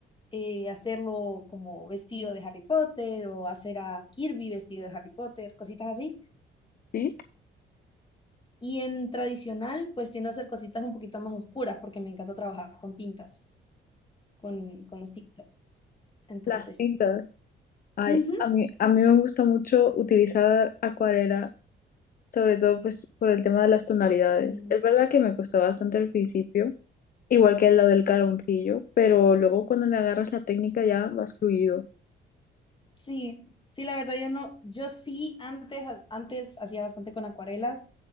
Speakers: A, on the left; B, on the left.
A: eh, hacerlo como vestido de Harry Potter o hacer a Kirby vestido de Harry Potter, cositas así.
B: ¿Sí?
A: Y en tradicional, pues tiendo a hacer cositas un poquito más oscuras porque me encanta trabajar con tintas, con, con los tintas. Entonces,
B: Las cintas.
A: sí.
B: Ay,
A: Ujú.
B: a mí, a mí me gusta mucho utilizar acuarela sobre todo pues por el tema de las tonalidades.
A: Mm,
B: Es verdad que me costó bastante al principio, igual que lo del caloncillo, pero luego cuando le agarras la técnica ya vas fluido.
A: Sí, sí, la verdad yo no, yo sí antes, ha- antes hacía bastante con acuarelas,